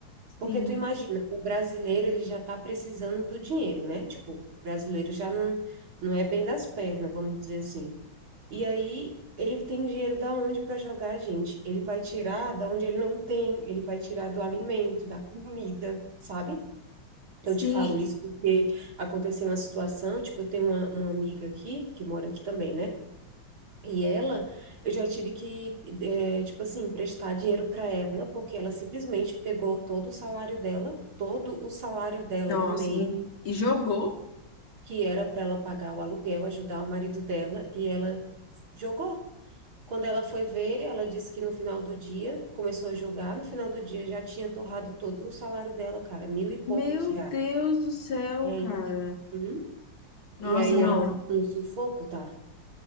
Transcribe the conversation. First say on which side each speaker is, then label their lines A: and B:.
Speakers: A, on the left; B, on the right.
A: Sim.
B: Porque tu imagina, o brasileiro ele já está precisando do dinheiro, né? Tipo, o brasileiro já não, não é bem das pernas, vamos dizer assim. E aí ele tem dinheiro da onde para jogar, gente? Ele vai tirar da onde ele não tem, ele vai tirar do alimento, da comida, sabe? Eu
A: Sim,
B: te falo isso porque aconteceu uma situação, tipo, eu tenho uma, uma amiga aqui, que mora aqui também, né? E ela, eu já tive que, eh, tipo assim, emprestar dinheiro para ela, porque ela simplesmente pegou todo o salário dela, todo o salário dela
A: Nossa,
B: do mês
A: me- e jogou?
B: que era para ela pagar o aluguel, ajudar o marido dela, e ela jogou. Quando ela foi ver, ela disse que no final do dia, começou a jogar, no final do dia já tinha torrado todo o salário dela, cara, mil e poucos
A: Meu
B: reais.
A: Deus do céu,
B: É.
A: cara.
B: Uhum.
A: Nossa,
B: E aí ela
A: não.
B: tá no sufoco, tá?